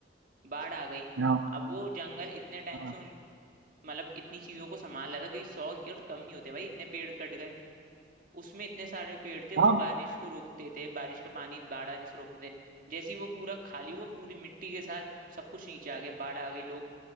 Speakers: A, on the right; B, on the right.
A: बाढ़ आ गई
B: हाँ
A: अब वो जंगल इतने टाइम
B: हाँ
A: से उन मतलब इतनी चीजों को संभाल रहा था क्योंकि सौ एकड़ कम नहीं होते भाई इतने पेड़ कट गए उसमें इतने सारे पेड़ थे वो
B: हाँ
A: बारिश को रोकते थे बारिश का पानी बाढ़ आने से रोकते थे जैसे ही वो पूरा खाली हुआ पूरी मिट्टी के साथ सब कुछ नीचे आ गया बाढ़ आ गई लोग